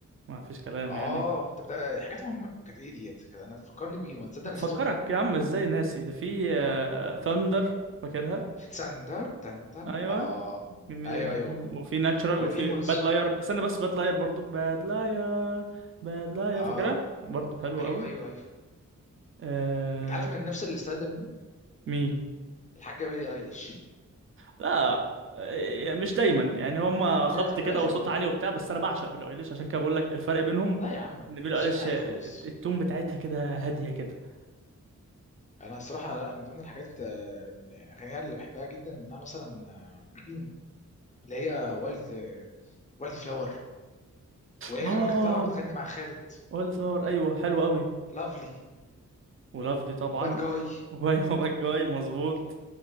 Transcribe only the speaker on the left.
اه
طب ده حاجات مهمه كانت ايه ديت كانت انا فكرني بيهم ما تصدق
نسيتهم
ساندر تن تن
اه
ايوه ايوه
وديمونز
اه
ايوه
ايوه ايوه
انت عارف من نفس الستايل ده مين
الحاجه بيلي ايليش
ايه ما بتحبهاش
ولا ايه
لا يا عم م-
مش
صوتي عالي خالص
انا صراحه لا من ضمن الحاجات بتا... يعني اغانيها اللي بحبها جدا انها مثلا <clears throat> آه، اللي هي والد والد فلاور وهي
لما كانت طالعه بتغني مع خالد
لافلي
وباد جاي